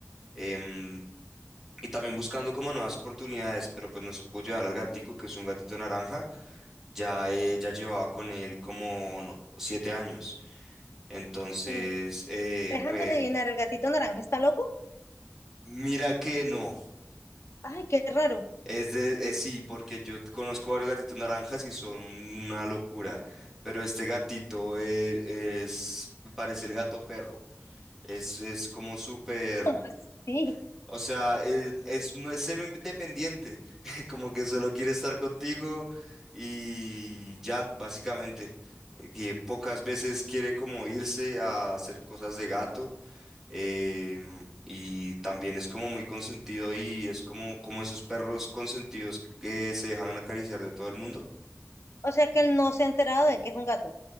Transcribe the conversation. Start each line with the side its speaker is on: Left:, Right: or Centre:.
Centre: em, y también buscando como nuevas oportunidades, pero pues no se pudo llevar al gatico, que es un gatito naranja. Ya ella llevaba con él como no, siete años. Entonces,
Left: Eh,
Centre: eh,
Left: Déjame
Centre: pues
Left: adivinar, ¿el gatito naranja está loco?
Centre: mira que no.
Left: Ay, qué raro.
Centre: Es de, es sí, porque yo conozco varios gatitos naranjas y son una locura. Pero este gatito eh, es, parece el gato perro. Es, es como súper,
Left: ¿Cómo así?
Centre: o sea, eh, es, no es cero independiente, <laughs> como que solo quiere estar contigo y ya, básicamente. Eh, Que pocas veces quiere como irse a hacer cosas de gato em, y también es como muy consentido y es como, como esos perros consentidos que se dejan acariciar de todo el mundo.
Left: O sea que él no se ha enterado de que es un gato.